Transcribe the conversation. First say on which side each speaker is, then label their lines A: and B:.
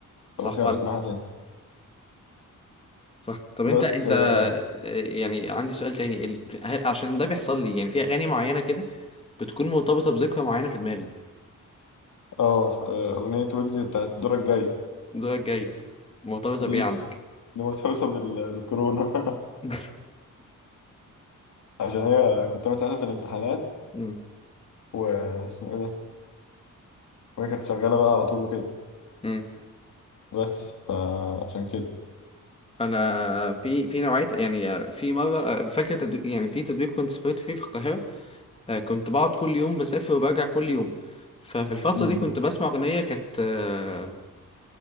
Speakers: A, on the left; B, on the left.
A: صح
B: فممكن
A: وانا
B: ابقى اسمعها تاني
A: صح طب انت
B: بس
A: انت
B: اه
A: آه، يعني عندي سؤال تاني ال- ه- عشان ده بيحصل لي يعني في اغاني معينه كده بتكون مرتبطه بذكرى معينه في دماغي
B: آه، ف- آه، اغنيه ويجز بتاعت دورك جاي
A: الدولة الجاية مرتبطة
B: دي
A: بإيه عندك؟
B: دي مرتبطه بال... بالكورونا <laughs>
A: <laughs>
B: عشان هي كنت انا ساعتها في الامتحانات
A: مم.
B: واسمه ايه ده وهي كانت شغاله بقى على طول وكده
A: مم.
B: بس فعشان كده
A: أنا في في نوعية يعني في مرة فاكر تدريب يعني في تدريب كنت سافرت فيه في القاهرة آه، كنت بقعد كل يوم بسافر وبرجع كل يوم ففي الفترة
B: مم.
A: دي كنت بسمع أغنية كانت آه،